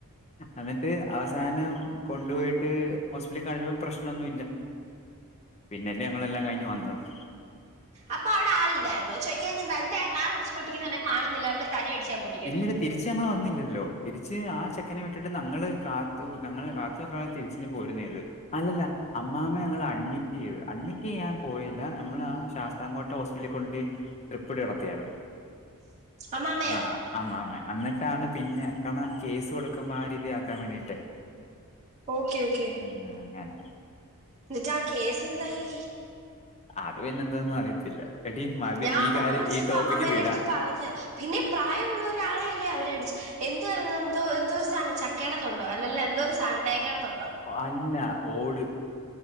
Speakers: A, on the left (about 30°); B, on the right (about 30°).
A: എന്നിട്ട് അവസാനം കൊണ്ടുപോയിട്ട് ഹോസ്പിറ്റലിൽ കാണിച്ചപ്പോം പ്രശ്നൊന്നുമല്ല്യ പിന്നല്ലേ ഞങ്ങളെല്ലാം കഴിഞ്ഞ് വന്നത്
B: അപ്പൊ അവിടെ ആില്ലായിരുന്നു ചോദിക്കാഞ്ഞേയ് എന്താ ആ കാർ അടിച്ച് പൊട്ടിക്കുന്നു എന്നന്നെ കാണുന്നില്ല അവവിടെ തല അടിച്ചാൻ പൊട്ടി
A: ഇങ്ങ തിരി തിരിച്ച് ഞങ്ങള്ൾ വന്നില്ലല്ലോ തിരിച്ച് ആ ചെക്കനെ വിട്ടിട്ട്ഞങ്ങള് കാത്തു ങ്ങള് കാത്തുക്ക തിരിച്ച ഞ് പോരുന്നത് അല്ലല്ല അമ്മാമ്മ ഞങ്ങൾ അഡ്മിറ്റ് ചെയ്തു അഡ്മിറ്റ് ചെയ്യാൻ പോയില്ല നമ്മൾ ആ ശാസ്തങ്ങോട്ടെ ഹോ്പ കൊണ്ട് ട്രിപ്പട് നടടത്തിയായിരുന്നു
B: അമ്മാമ്മയോ
A: ആ ആമ്മ ആമ്മ എന്നിട്ടാണ് പിന്നെ കണ കേസ് കൊടുക്കുമ്പോ ആ രീതി ആക്കാൻ വേണ്ടിട്ടേ
B: ഓക്കെ ഓക്കെ
A: ഉം അങ്ങെന
B: എന്നിട്ടാ കേസ് എന്തായി
A: അത് പിന്നെ എന്താന്നും അറിയത്തില്ല എടിമതി
B: ഞാൻ
A: ഈ
B: അമ്മാമ്മയെ
A: കാര്യം
B: വിളിച്ചപ്പോ
A: ഈ ടോപ്പിക്ക്
B: അമ്മാമ്മ എന്റെ
A: വിടാ
B: അടുത്ത് പറഞ്ഞ് പിന്നെ പ്രായമുള്ള ഒരാളെല്ലേ അവര് അടിച്ച എന്ത് ആരുന്നു എന്തോ എന്തോ സാധനം ചക്കയുടെതൊണ്ടോ അല്ലല്ലോ എന്തോ ഒരു സാധനം തേങ്ങേയുടെതൊണ്ടോ
A: അല്ല ഓട്